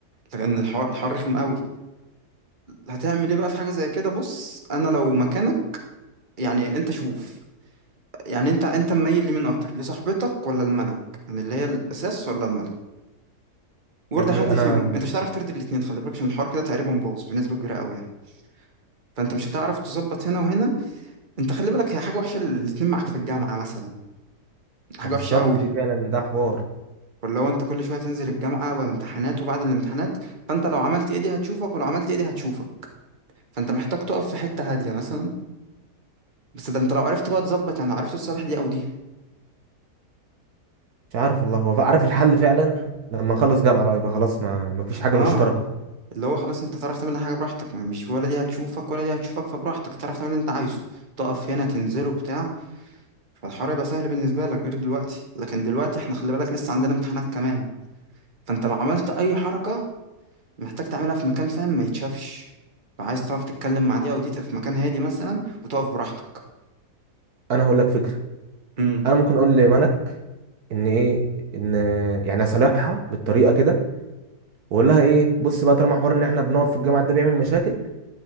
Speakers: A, on the right (about 30°); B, on the right (about 70°).
A: لان الحوار الحوار رخم قوي هتعمل ايه بقى في حاجه زي كده بص انا لو مكانك يعني انت شوف يعني انت انت مميل لمين اكتر لصاحبتك ولا الملك يعني اللي هي الاساس ولا الملك ورد
B: يا ابني
A: حد
B: انا
A: فيهم انت مش هتعرف ترضي الاثنين خلي بالك عشان الحوار كده تقريبا باظ بنسبه كبيره قوي يعني فانت مش هتعرف تظبط هنا وهنا انت خلي بالك هي حاجه وحشه الاثنين معاك في الجامعه مثلا حاجه
B: ما بالظبط
A: وحشه قوي
B: دي فعلا ده حوار
A: ولا هو انت كل شويه تنزل الجامعه والامتحانات وبعد الامتحانات فانت لو عملت ايه دي هتشوفك ولو عملت ايه دي هتشوفك فانت محتاج تقف في حته هاديه مثلا بس ده انت لو عرفت بقى تظبط يعني لو عرفت تصالح دي او دي
B: مش عارف والله هو عارف الحل فعلا لما نخلص جامعه بقى يبقى خلاص ما ما فيش حاجه
A: اه
B: مشتركه
A: اللي هو خلاص انت تعرف تعمل اي حاجه براحتك ما- مش ولا دي هتشوفك ولا دي هتشوفك فبراحتك تعرف تعمل اللي انت عايزه تقف هنا تنزله وبتاع فالحوار يبقى سهل بالنسبه لك غير دلوقتي لكن دلوقتي احنا خلي بالك لسه عندنا امتحانات كمان فانت لو عملت اي حركه محتاج تعملها في مكان فاهم ما يتشافش فعايز تعرف تتكلم مع دي او دي تبقى في مكان هادي مثلا وتقف براحتك
B: انا هقول لك فكره
A: امم
B: انا ممكن اقول لملك ان ايه ان يعني اصالحها بالطريقه كده واقول لها ايه بص بقى طالما حوار ان احنا بنقف في الجامعه ده بيعمل مشاكل